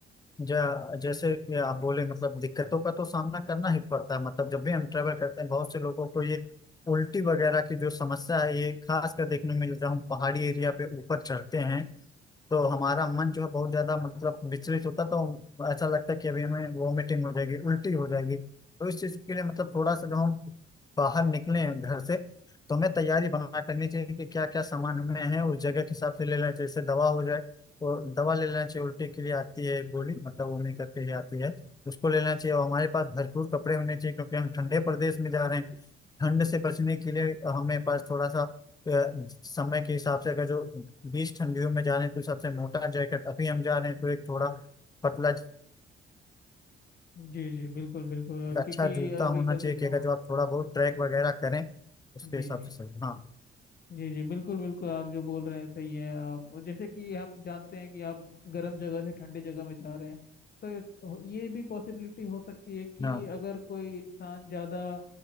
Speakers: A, on the left; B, on the left.
A: जा, जैसे कि आप बोले मतलब दिक्कतों का तो सामना करना ही पड़ता है मतलब जब भी हम ट्रेवल करते हैं बहुत से लोगों को ये उल्टी वगैरह की जो समस्या है ये खास कर देखने में मिल रहा हूँ पहाड़ी एरिया पे ऊपर चढ़ते हैं तो हमारा मन जो है बहुत ज्यादा मतलब विचलित होता है, तो ऐसा लगता है कि अभी हमें वॉमिटिंग हो जाएगी उल्टी हो जाएगी तो इस चीज के लिए मतलब थोड़ा सा जब हम बाहर निकले घर से तो हमें तैयारी बना करनी चाहिए कि क्या क्या सामान हमें है उस जगह के हिसाब से ले लेना चाहिए जैसे दवा हो जाए तो दवा ले लेना चाहिए उल्टी के लिए आती है एक गोली मतलब वोमिट करके ही आती है उसको ले लेना चाहिए और हमारे पास भरपूर कपड़े होने चाहिए क्योंकि हम ठंडे प्रदेश में जा रहे हैं ठंड से बचने के लिए हमें पास थोड़ा सा अ, समय के हिसाब से अगर जो बीस ठंडियों में जा रहे हैं तो सबसे मोटा जैकेट अभी हम जा रहे हैं तो एक थोड़ा पतला
B: जी जी बिल्कुल बिल्कुल
A: एक
B: अ,
A: अच्छा
B: क्योंकि
A: जूता
B: अभी
A: होना
B: का
A: चाहिए
B: जो
A: कि
B: माहौल
A: अगर जो आप थोड़ा बहुत ट्रैक वगैरह करें उसके
B: जी
A: हिसाब
B: जी
A: से सही हाँ
B: जी जी बिल्कुल बिल्कुल आप जो बोल रहे हैं सही है आप और जैसे कि हम जानते हैं कि आप गर्म जगह से ठंडे जगह में जा रहे हैं तो हो- ये भी पॉसिबिलिटी हो सकती है कि
A: हाँ
B: अगर कोई इंसान ज़्यादा